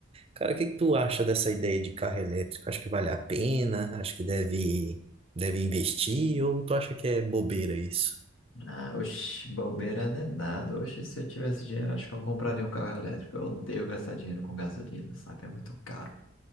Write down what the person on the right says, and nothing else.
Cara, o que que tu acha dessa ideia de carro elétrico? Acho que vale a pena? Acho que deve deve investir ou tu acha que é bobeira isso?